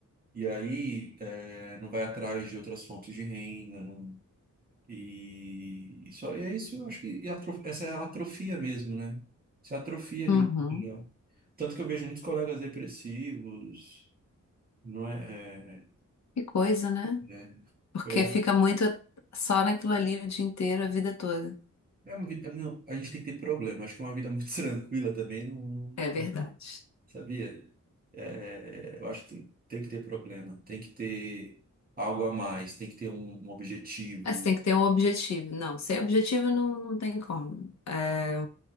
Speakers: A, on the right; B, on the left.
A: E aí, é, não vai atrás de outras fontes de renda, não, E, e só e é isso, eu acho que e atro- essa é a atrofia mesmo, né? Isso é atrofia
B: Uhum.
A: de um modo geral. Tanto que eu vejo muitos colegas depressivos, não é, é,
B: Que coisa, né?
A: né?
B: Porque
A: Eu acho
B: fica muito só naquilo ali o dia inteiro, a vida toda.
A: que é uma vida, não, a gente tem que ter problema, acho que é uma vida muito <laughs> tranquila também, não, não-
B: É verdade.
A: sabia? É, eu acho que tem, tem que ter problema, tem que ter algo a mais, tem que ter um, um objetivo.
B: Mas tem que ter um objetivo. Não, sem objetivo não, não tem como. É,